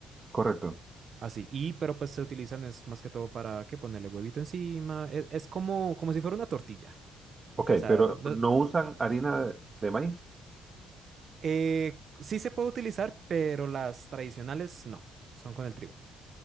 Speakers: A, on the right (about 35°); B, on the right (about 55°).
A: correcto.
B: Así, y pero pues se utilizan es más que todo para que ponerle huevito encima, e- es, como, como si fuera una tortilla.
A: Ok,
B: O sea,
A: pero
B: no-
A: no usan harina de, de maíz.
B: Eh, sí se puede utilizar, pero las tradicionales no, son con el trigo.